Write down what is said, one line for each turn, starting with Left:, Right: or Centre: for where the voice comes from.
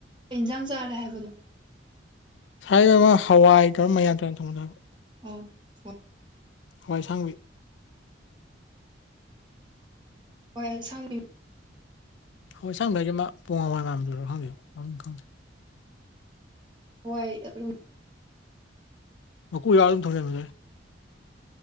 Right: ꯀꯩ ꯏꯟꯖꯥꯡ ꯆꯥꯔꯦ ꯍꯥꯏꯕꯅꯣ
Left: ꯉꯁꯥꯏ ꯑꯃ ꯍꯋꯥꯏ ꯇꯧꯔ ꯃꯌꯥꯟ-ꯇꯨꯌꯥꯟ ꯊꯣꯡꯕꯗꯣ
Right: ꯑꯣ ꯍꯣꯏ
Left: ꯍꯋꯥꯏꯑꯁꯥꯡꯕꯤ
Right: ꯍꯋꯥꯏ ꯑꯁꯥꯡꯕꯤ
Left: ꯍꯋꯥꯏ ꯑꯁꯥꯡꯕꯤ ꯍꯥꯏꯁꯤ ꯑꯃ ꯄꯣꯡ ꯍꯋꯥꯏ ꯃꯟꯕꯗꯨꯔ ꯈꯪꯗꯦ ꯃꯃꯤꯡ ꯈꯪꯗꯦ
Right: ꯍꯣꯏ ꯑꯗꯨꯝ
Left: ꯃꯀꯨ ꯌꯥꯎꯔ ꯑꯗꯨꯝ ꯊꯧꯖꯟꯕꯗꯨꯅꯦ